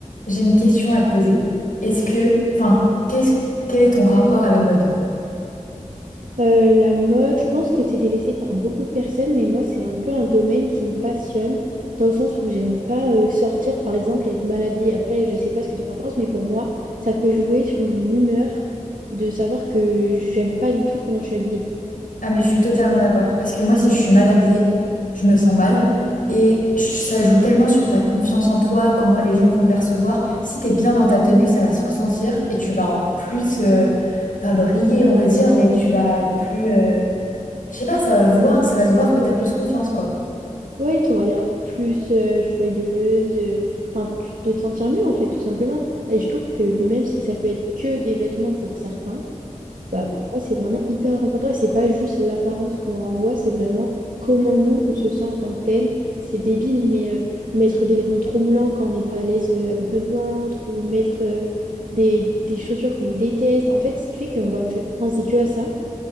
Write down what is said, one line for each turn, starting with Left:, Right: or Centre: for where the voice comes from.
Left: J'ai une question à te poser. Est-ce que, enfin, qu'est-ce, quel est ton rapport à la mode?
Right: Euh, la mode, je pense que c'est délaissé par beaucoup de personnes, mais moi, c'est un peu un domaine qui me passionne, dans le sens où j'aime pas euh, sortir, par exemple, et être mal habillée. Après, je sais pas ce que tu en penses, mais pour moi, ça peut jouer sur mon humeur de savoir que j'aime pas du tout comment je suis habillée.
Left: Ah mais je suis totalement d'accord. Parce que moi, si je suis mal habillée, je me sens mal. Et ch- ça joue tellement sur ta confiance en toi, comment les gens vont te percevoir. Si t'es bien dans ta tenue, ça va se ressentir et tu vas en plus, euh, pas briller, on va dire, mais tu vas être plus... euh, je sais pas, ça va voir, ça va se voir que t'as plus confiance, quoi.
Right: Ouais, t'auras l'air plus euh, joyeuse, euh, enfin, tu- de te sentir mieux en fait, tout simplement. Et je trouve que même si ça peut être que des vêtements pour certains, bah, pour moi, c'est vraiment hyper important et c'est pas juste l'apparence qu'on renvoie, c'est vraiment comment nous on se sent en tant que tel. C'est débile, mais euh, mettre des vêtements trop moulants quand on n'est pas à l'aise euh, avec notre ventre ou mettre euh, des, des chaussures qu'on déteste, en fait, ce qui fait qu'on va fa- penser que à ça.